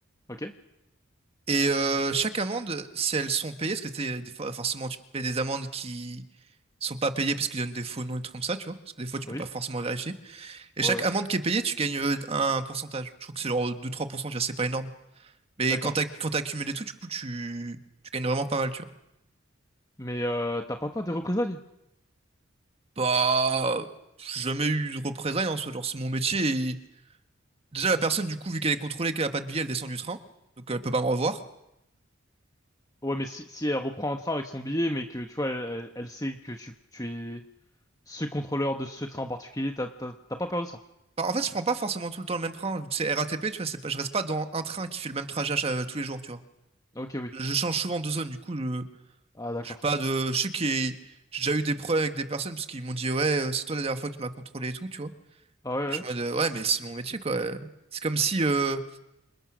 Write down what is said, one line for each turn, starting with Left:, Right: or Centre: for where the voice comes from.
Left: Ok?
Right: Et euh, chaque amende, si elles sont payées, parce que t'es- des fois, forcément, tu payes des amendes qui sont pas payées parce qu'ils donnent des faux noms et des trucs comme ça, tu vois. Parce que des fois, tu peux
Left: Oui?
Right: pas forcément vérifier. Et
Left: Ouais,
Right: chaque
Left: ouais.
Right: amende qui est payée, tu gagnes euh, un pourcentage. Je crois que c'est genre 2-3%, tu vois, c'est pas énorme. Mais
Left: D'accord.
Right: quand t'as, quand t'as accumulé tout, du coup, tu, tu gagnes vraiment pas mal, tu vois.
Left: Mais euh, t'as pas peur des représailles?
Right: Bah, j'ai jamais eu de représailles en soi, genre c'est mon métier. et- Déjà, la personne, du coup, vu qu'elle est contrôlée, qu'elle a pas de billet, elle descend du train, donc elle peut pas me revoir.
Left: Ouais, mais si, si elle reprend un train avec son billet, mais que tu vois, elle, elle- elle sait que tu, tu es ce contrôleur de ce train en particulier, t'as t'as- t'as pas peur de ça?
Right: Bah, en fait, je prends pas forcément tout le temps le même train, vu que c'est R A T P tu vois, c'est pas, je reste pas dans un train qui fait le même trajet à chaque- tous les jours, tu vois.
Left: Ok, oui.
Right: Je change souvent de zone, du coup, je,
Left: Ah, d'accord.
Right: j'ai pas de, je sais que j'ai déjà eu des problèmes avec des personnes parce qu'ils m'ont dit, ouais, euh, c'est toi la dernière fois qui m'a contrôlé et tout, tu vois.
Left: Ah ouais,
Right: Et je me dis, ouais, mais c'est mon métier, quoi. C'est comme si, euh,